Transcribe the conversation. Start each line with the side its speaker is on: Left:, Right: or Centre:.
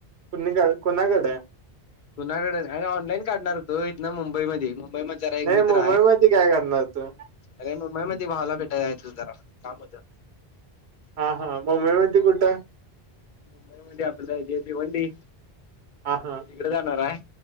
Right: <unintelligible> कुणाकडं?
Left: कुणाकडं आरे ऑनलाईन काढणार होतो इथंनं मुंबईमधी. मुंबईमध जरा एक
Right: नाही
Left: मित्र
Right: मुंबई
Left: आहे.
Right: मध्ये काय करणार तू
Left: अरे मुंबईमध्ये भावाला भेटायला जायचं होतं जरा काम होतं.
Right: हा हा. मुंबईमध्ये कुठं?
Left: मुंबईमध्ये ते आपलं भिवंडी.
Right: हां हां.
Left: तिकडे जाणार आहे.